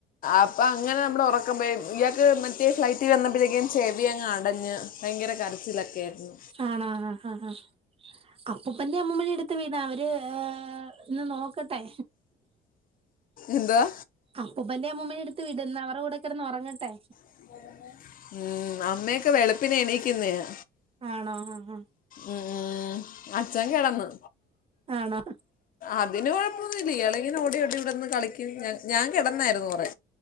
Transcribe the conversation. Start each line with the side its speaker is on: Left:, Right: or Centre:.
Left: അപ്പൊ അങ്ങനെ നമ്മള് ഉറക്കം പോയി ഇയാക്ക് മറ്റേ ഫ്ലൈറ്റിൽ വന്നപ്പോഴത്തേക്കും ചെവിയങ്ങ് അടഞ്ഞ് ഭയങ്കര കരച്ചിലൊക്കെ ആയിരുന്നു
Right: ആണൊ അ അ ആ അപ്പൂപ്പന്റെ അമ്മൂമ്മടെ അടുത്ത് വീണാ അവര് ഇന്ന് നോക്കട്ടെ
Left: എന്തുവാ
Right: അപ്പൂപ്പന്റെ അമ്മൂമ്മടെ അടുത്ത് വിട് ഇന്ന് അവരുടെ കൂടെ കിടന്ന് ഉറങ്ങട്ടെ
Left: <unintelligible> ഉം അമ്മയൊക്കെ വെളുപ്പിന് എണീക്കുന്നയാ
Right: ആണോ അ ആ
Left: ഉം ഉം അച്ഛൻ കിടന്നു
Right: ആണോ
Left: അതിന് കുഴപ്പമൊന്നും ഇല്ല ഇയാളിങ്ങിനെ ഓടി ഓടി ഇവിടന്ന് കളിക്കും ഞാൻ കിടന്നായിരുന്നു കുറെ